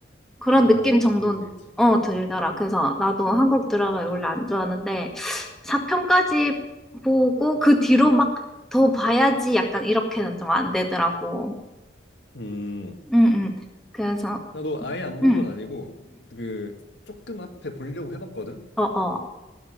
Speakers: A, in the centre; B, on the left.
A: 그런
B: 아
A: 느낌 정도
B: 뭐 그런 게 있지.
A: 어 들더라. 그래서 나도 한국
B: 음,
A: 드라마 원래 안 좋아하는데 4편까지
B: 음.
A: 보고 그 뒤로 막 더 봐야지 약간 이렇게는 좀 안 되더라고.
B: 음,
A: 응응. 그래서
B: 나도 아예 안 본
A: 응응.
B: 건 아니고, 그, 조금 앞에 보려고 해봤거든?
A: 어어. 어.